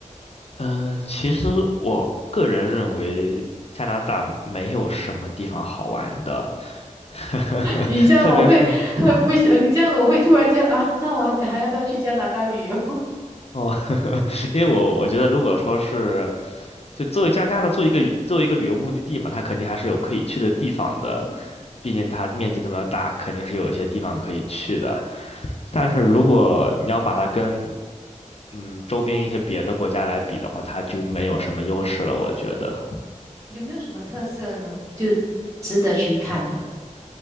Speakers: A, on the left (about 50°); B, on the right (about 25°).
A: 嗯、其实我个人认为加拿大没有什么地方好玩的，<laughs>
B: <laughs> 你这样我会很不喜，
A: 特别是
B: 你这样我会突然间啊，那我还要不要去加拿大旅游？<laughs>
A: 哦，<laughs> 因为我我觉得如果说是就作为加拿大做一个作为一个旅游目的地嘛，它肯定还是有可以去的地方的，
B: 嗯哼，
A: 毕竟它面积这么大，肯定是有一些地方可以去的。但是如果你要把它跟嗯周边一些别的国家来比的话，
B: 嗯哼
A: 它就没有什么优势了，我觉得。
B: 有没有什么特色呢？值得去看的？